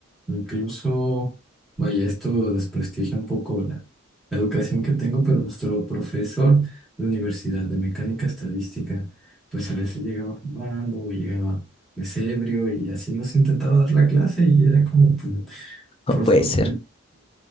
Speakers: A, in the centre; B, on the left (about 25°).
A: Incluso, vaya, esto desprestigia un poco la, la educación que tengo, pero nuestro profesor de universidad de mecánica estadística, pues a veces llegaba fumando o llegaba pues ebrio y así nos intentaba dar la clase y era como, pues,
B: No
A: profesor,
B: puede ser.